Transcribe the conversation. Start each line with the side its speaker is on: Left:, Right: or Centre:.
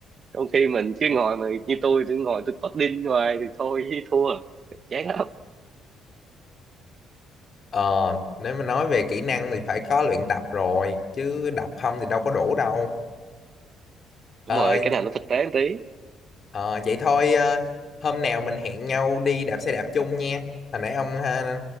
Right: trong khi mình cứ ngồi mà như tôi tôi ngồi tôi coding hoài thì thôi chứ thua chán lắm
Left: Ờ, nếu mà nói về kỹ năng thì phải có luyện tập rồi chứ đọc không thì đâu có đủ đâu Ờ,
Right: đúng rồi cái nào nó thực tế một tí
Left: ờ, vậy thôi ờ, hôm nào mình hẹn nhau đi đạp xe đạp chung nha. Hồi nãy ông ha,